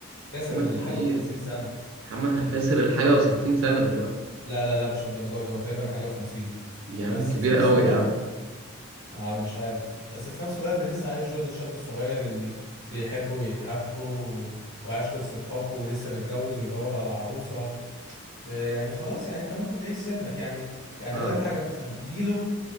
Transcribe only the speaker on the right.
محمد
كبير
محمد
كسر
الحاجة وستين سنة دلوقتي
يا
عم كبير
قوي
يا عم
اه